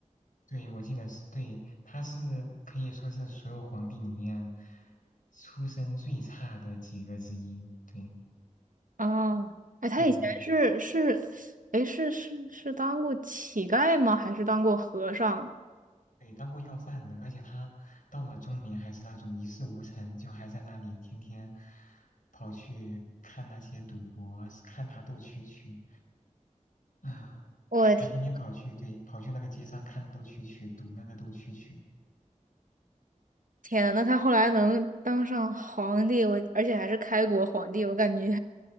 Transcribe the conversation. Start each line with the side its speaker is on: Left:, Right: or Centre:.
Left: 对，我记得是对，他是可以说是所有皇帝里面出身最差的几个之一。对，
Right: 啊，哎，他以前是是，
Left: 嗯，
Right: 哎，是是是当过乞丐吗？还是当过和尚？
Left: 对，当过要饭的，而且他到了中年还是那种一事无成，就还在那里天天跑去看那些赌博，看他斗蛐蛐。啊，
Right: 我的天，
Left: 还天天跑去，对，跑去那个街上看斗蛐蛐，赌那个斗蛐蛐。
Right: 天呐，那他后来能当上皇帝，我而且还是开国皇帝，我感觉，